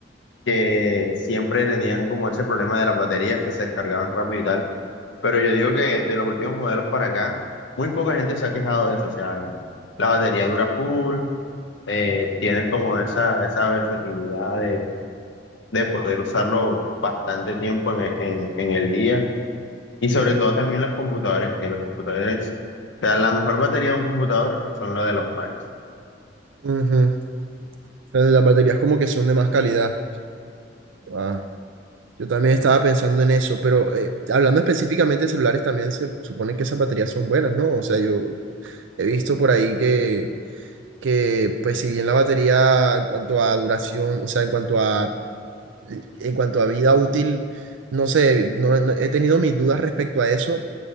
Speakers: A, on the left; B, on the right.
A: que siempre tenían como ese problema de las baterías que se descargaban rápido y tal. Pero yo digo que de los últimos modelos para acá, muy poca gente se ha quejado de eso. O sea, la batería dura full, eh, tienes como esa, esa versatilidad de poder usarlo bastante tiempo en, e- en- en el día y sobre todo también los computadores, que los computadores, o sea, la mejor batería de un computador son los de los Macs.
B: Ujú. Pero Las baterías como que son de más calidad. Ah, yo también estaba pensando en eso, pero eh, hablando específicamente de celulares, también se supone que esas baterías son buenas, ¿no? O sea, yo he visto por ahí que que pues si bien la batería en cuanto a duración, o sea, en cuanto a, en cuanto a vida útil, no sé, no, no- he tenido mis dudas respecto a eso,